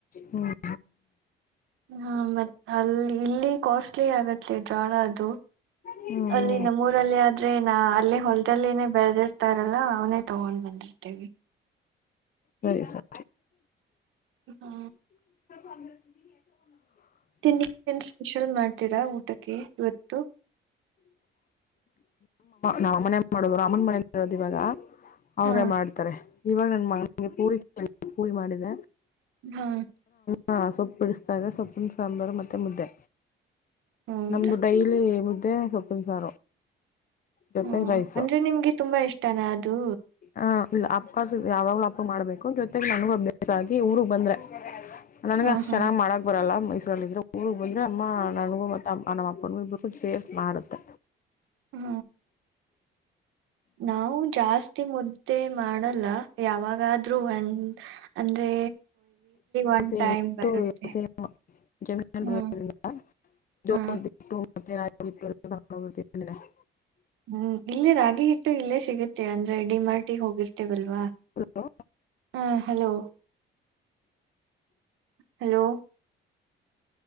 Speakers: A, on the left; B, on the right.
A: ಹ್ಮ್.
B: ಹ್ಮ ಮತ್ ಅಲ್ಲಿ ಇಲ್ಲಿ ಕಾಸ್ಟ್ಲಿ ಆಗತ್ತೆ ಜ್ವಾಳ ಅದು
A: ಹ್ಮ್ ಹ್ಮ್
B: ಅಲ್ಲಿ. ಊರಲ್ಲಿ ಆದ್ರೆ ನ ಅಲ್ಲೇ ಹೊಲದಲ್ಲಿೇನೇ ಬೆಳೆದಿರ್ತಾರಲ್ಲಾ ಅವನೇ ತಗೊಂಡ್ ಬಂದೇರ್ತೇವಿ.
A: ಸರಿ, ಸರಿ
B: ಹಾ.
A: <inaudible>
B: ತಿಂಡಿ ಏನ್ ಸ್ಪೆಷಲ್ ಮಾಡ್ತೀರಾ ಊಟಕ್ಕೆ ಇವತ್ತು
A: ನಾ ಅಮ್ಮನೆ ಮಾಡೋದು ಅಮ್ಮನ ಮನಲಿ ಇರೋದು ಇವಾಗ ಅವ್ರೇ
B: ಹಾ
A: ಮಾಡ್ತಾರೆ ಇವಾಗ ನನ್ ಮನಗೆ ಪೂರಿ ಪೂರಿ ಮಾಡಿದೆ
B: ಹಾ
A: ಹಾ ಸೊಪ್ಪು ಬಿಡಿಸತಾ ಇದೆ ಸೊಪ್ಪಿನ ಸಾಂಬಾರು ಮತ್ತೆ ಮುದ್ದೆ
B: ಹೌದಾ
A: ನಮ ಡೈಲಿ ಮುದ್ದೆ ಸೊಪ್ಪಿನಸಾರ ಜೊತೆಗೆ
B: ಹ್ಮ
A: ರೈಸ್
B: ಅಂದ್ರೆ ನಿಮ್ಗೆ ತುಂಬಾ ಇಷ್ಟನಾ ಅದು
A: ಹ ಅಪ್ಪ ಯಾವಾವ್ಲೂ ಹಪ್ಪ ಮಾಡ್ಬೇಕು ಜೊತೆಗೆ ನನಗೂ ಅಭ್ಯಾಸ ಆಗಿ ಊರ್ಗ್ ಬಂದ್ರೆ ನನ್ಗೆ
B: ಹಾ
A: ಅಷ್ಟ್
B: ಹಾ
A: ಚೆನ್ನ್ ಮಾಡಕ್ ಬರಲ್ಲ ಮೈಸೂರಲ್ಲ ಇದ್ರು ಊರಿಗೆ ಬಂದ್ರೆ ಅಮ್ಮ ನನಗೂ ಹ ಮತ್ತ ನಮ್ಮ ಅಪ್ಪ ಇಬ್ಬರು ಸೇರಿಸಿ ಮಾಡುತ್ತೆ
B: ಹ್ಮ ನಾವು ಜಾಸ್ತಿ ಮುದ್ದೆ ಮಾಡಲ್ಲ ಯಾವಾಗಾದ್ರೂ ಒಂದ್ ಅಂದ್ರೆ
A: <inaudible>
B: ಒನ್ ಟೈಮ್ ಬರುತ್ತೆ.
A: <unintelligible>
B: ಹ್ಮ್. ಹ್ಮ್.
A: <unintelligible>
B: ಹ್ಮ್ ಇಲ್ಲೇ ರಾಗಿ ಹಿಟ್ಟು ಇಲ್ಲೇ ಸಿಗುತ್ತೆ ಅಂದ್ರೆ ಡಿ ಮಾರ್ಟಿ ಹೋಗಿರ್ತೀವಲ್ವಾ
A: ಹಲೋ
B: ಹಾ ಹಲೋ ಹಲೋ